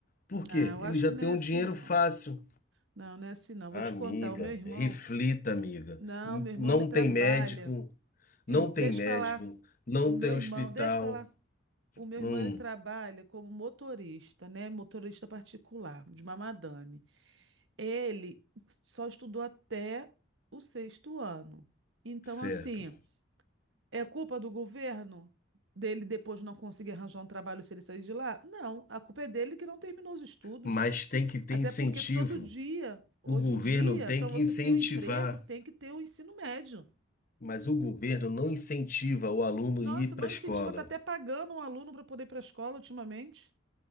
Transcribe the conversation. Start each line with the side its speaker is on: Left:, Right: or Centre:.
Left: Por quê?
Right: ah, eu
Left: Ele
Right: acho
Left: já
Right: que não
Left: tem
Right: é
Left: um
Right: assim,
Left: dinheiro
Right: não.
Left: fácil.
Right: Não, não é assim, não.
Left: Amiga,
Right: Vou te contar. O meu irmão.
Left: reflita, amiga.
Right: Não,
Left: N-
Right: meu irmão,
Left: Não
Right: ele trabalha.
Left: tem médico,
Right: E,
Left: não tem
Right: deixa
Left: médico,
Right: eu falar.
Left: não
Right: O meu
Left: tem
Right: irmão.
Left: hospital.
Right: Deixa eu falar. O meu
Left: Hum,
Right: irmão, ele trabalha como motorista, né? Motorista particular, de uma madame. Ele só estudou até o sexto ano. Então,
Left: certo.
Right: assim. É culpa do governo dele depois não conseguir arranjar um trabalho se ele sair de lá? Não, a culpa é dele que não terminou os estudos.
Left: Mas tem que ter
Right: Até
Left: incentivo.
Right: porque todo dia, hoje
Left: O governo
Right: em dia,
Left: tem
Right: para
Left: que
Right: você
Left: incentivar,
Right: ter um emprego, tem que ter o ensino médio.
Left: mas o governo não incentiva o aluno
Right: Nossa,
Left: a ir
Right: não
Left: para a escola.
Right: incentiva, tá até pagando um aluno para poder ir para a escola ultimamente.